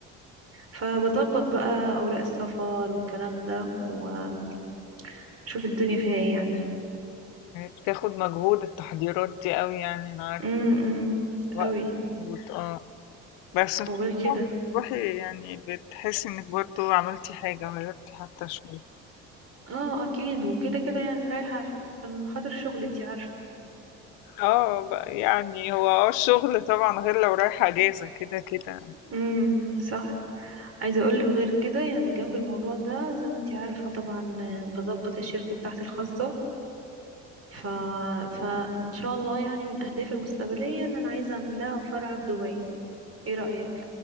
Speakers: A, on the right; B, on the left.
A: فبظبط بقى أوراق السفر والكلام ده وشوف الدنيا فيها ايه يعني
B: بتاخد مجهود التحضيرات دي قوي يعني انا
A: امم
B: وقت
A: قوي
B: مجهود اه بس إن
A: وغير
B: شاء
A: كده
B: الله تروحي يعني بتحسي انك برضو عملتي حاجة غيرتي حتى شوية
A: اه اكيد وكده كده يعني رايحة عشان خاطر الشغل انتي عارفة
B: اه بقى يعني هو اه الشغل طبعا غير لو رايحة اجازة كده كده
A: امم صح عايزة اقولك غير كده يعني جنب الموضوع ده زي ما انتي عارفة طبعا آه، بظبط الشركة بتاعتي الخاصة ف... فإن شاء الله يعني من أهدافي المستقبلية إن أنا عايزة أعمل لها فرع في دبي إيه رأيك؟